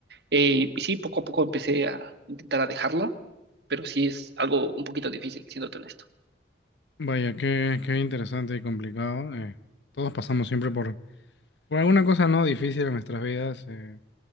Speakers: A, on the right; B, on the left.
A: Eh, y sí, poco a poco empecé a intentar a dejarlo, pero sí es algo un poquito difícil, siéndote honesto.
B: Vaya, qué, qué interesante y complicado. Eh, todos pasamos siempre por, por alguna cosa no difícil en nuestras vidas. Eh,